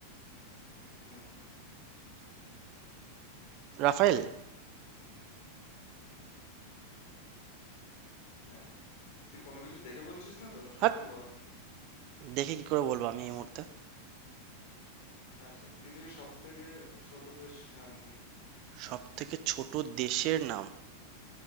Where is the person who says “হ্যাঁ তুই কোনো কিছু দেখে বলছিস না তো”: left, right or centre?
Left